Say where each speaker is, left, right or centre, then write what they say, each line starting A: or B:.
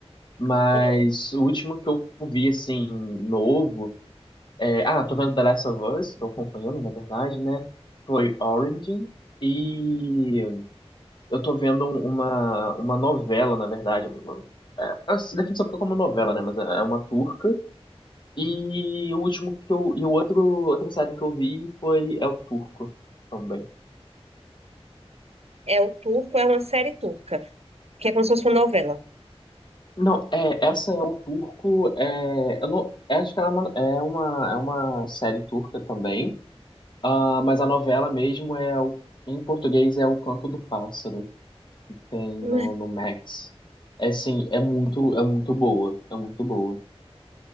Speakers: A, on the left (about 45°); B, on the right (about 70°).
A: Mas
B: Amo.
A: o último que eu vi, assim, novo. É, ah, tô vendo The Last of Us, tô acompanhando, na verdade, né? Foi Orange. E eu tô vendo um- uma, uma novela, na verdade. uma- É, a definição fica como novela, né? Mas é é uma turca. E o último que eu. E o outro, outra série que eu vi foi É o Turco também.
B: É o turco, é uma série turca, que é como se fosse uma novela.
A: Não, é, essa é o Turco. É, eu não, é, acho que ela é uma, é uma é uma série turca também. Ah, mas a novela mesmo é o, em português é O Canto do Pássaro. tem no,
B: <laughs>
A: no Max. É sim, é muito, é muito boa, é muito boa.